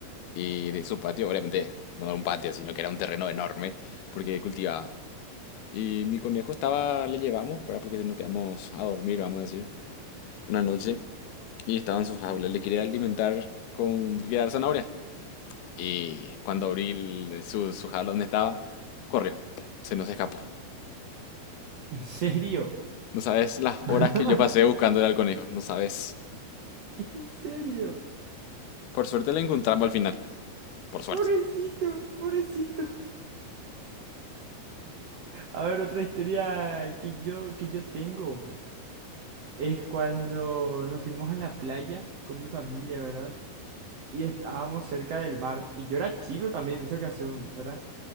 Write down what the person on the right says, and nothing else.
<laughs> ¿En serio?
<laughs>
¿En serio?
Pobrecito, pobrecito. A ver, otra historia que yo, que yo tengo es cuando nos fuimos a la playa con mi familia, ¿verdad? Y estábamos cerca del mar. Y yo era chico también en esa ocasión, ¿verdad?